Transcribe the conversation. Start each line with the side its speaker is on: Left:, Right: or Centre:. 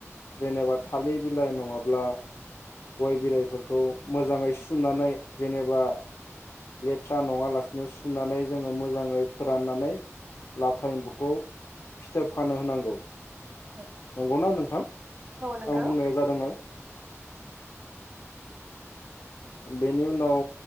Left: जेनेबा थालिर बिलाइ नङाब्ला गय बिलाइफोरखौ मोजाङै सुनानै जेनेबा लेथ्रा नङालासिनो सुनानै जोङो मोजाङै फोराननानै लाथा एम्बुखौ फिथोब खानो होनांगौ
Right: औ
Left: नंगौना नोंथां
Right: औ नंगौ
Left: आं बुंनाया जादोंना बेनि उनाव